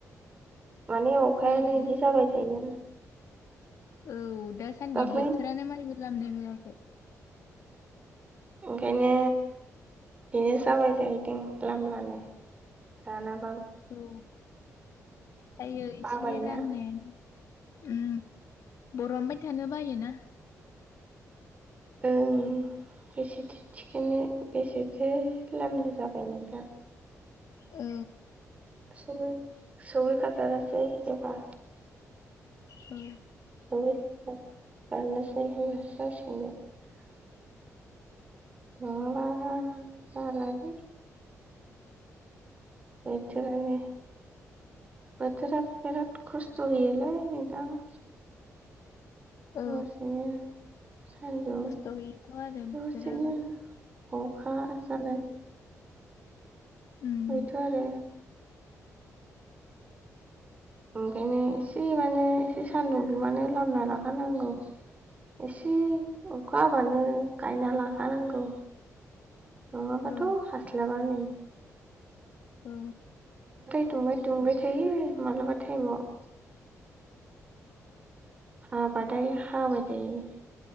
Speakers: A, on the right; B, on the left.
A: मानि अखायानो
B: जायो
A: बिदि जाबाय थायो।
B: औ दासान्दि
A: दाख्लै
B: बोथोरानो माइबो लामनो होआखै‌।
A: ओंखायनो बेनो जाबाय जाहैदों लामबानो राना।
B: औ जायो एसे
A: बाबायना
B: राननायानो। उम बर'नबाय थानो बायोना।
A: औ। बेसेथो थिखोनो बेसेथो लामनो जाबाय नोंथां।
B: औ।
A: <unintelligible>
B: औ।
A: <unintelligible> नङाबा जालालै। बोथोरानो। बोथोरा बिराद खस्थ' होयोलै नोंथां।
B: औ।
A: दसेनो सान्दुं
B: खस्थ' होयोथ' आरो बोथोराबो
A: दसेनो अखा जानाय <unintelligible>
B: उम
A: ओंखायनो एसे माने एसे सान्दुं दुंबानो लामना लाखानांगौ। एसे अखा हाबानो गायना लाखानांगौ। नङाबाथ'
B: औ
A: हास्लाबा नै।
B: औ।
A: दुंबा दुंबाय थायो मालाबा टाइमाव। हाबाथाय हाबाय थायो।